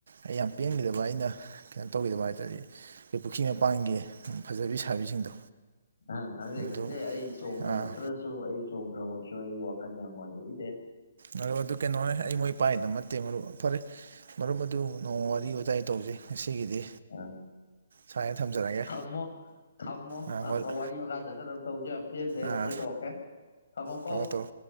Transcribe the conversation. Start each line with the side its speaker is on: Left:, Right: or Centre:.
Right: ꯑꯩ ꯌꯥꯝ ꯄꯦꯟꯈꯤꯗꯕ ꯑꯩꯅ ꯀꯩꯅꯣ ꯇꯧꯈꯤꯗꯕ ꯍꯥꯏ ꯇꯔꯗꯤ ꯄꯨꯈ꯭ꯔꯤ ꯃꯄꯥꯟꯒꯤ ꯐꯖꯕꯤ ꯁꯥꯕꯤꯁꯤꯡꯗꯣ
Left: ꯅꯪ ꯈꯪꯖꯩ
Right: ꯃꯗꯨ
Left: ꯈꯪꯖꯩ ꯑꯩ ꯆꯣꯡꯗ꯭ꯔꯃꯛꯇ꯭ꯔꯁꯨ
Right: ꯑꯥ
Left: ꯑꯩ ꯆꯣꯡꯗ꯭ꯔꯃꯁꯨ ꯑꯩꯒꯤ ꯋꯥꯈꯜ ꯌꯥꯝ ꯅꯨꯡꯉꯥꯏꯖꯈꯤꯗꯦ
Right: ꯃꯔꯨꯞ ꯑꯗꯨ ꯀꯩꯅꯣꯅꯦ ꯑꯩ ꯃꯣꯏ ꯄꯥꯏꯗꯕ ꯅꯠꯇꯦ ꯃꯔꯨ ꯐꯔꯦ ꯃꯔꯨꯞ ꯑꯗꯨ ꯅꯣꯡꯃ ꯋꯥꯔꯤ ꯋꯥꯇꯥꯏ ꯇꯧꯖꯩ ꯉꯁꯤꯒꯤꯗꯤ
Left: ꯑꯥ
Right: ꯁꯨꯃꯥꯏꯅ ꯊꯝꯖꯔꯒꯦ
Left: ꯊꯝꯃꯣ ꯊꯝꯃꯣ
Right: ꯑꯥ
Left: ꯑꯃ
Right: ꯃꯔꯨꯞ
Left: ꯋꯥꯔꯤ ꯃꯈꯥ ꯆꯠꯊꯅꯕ ꯇꯧꯁꯦ ꯌꯥꯝ ꯄꯦꯟꯗꯦ
Right: ꯑꯥ
Left: ꯑꯩ ꯇꯧꯔꯛꯀꯦ <unintelligible> ꯀꯣ
Right: ꯇꯧꯔꯣ ꯇꯧꯔꯣ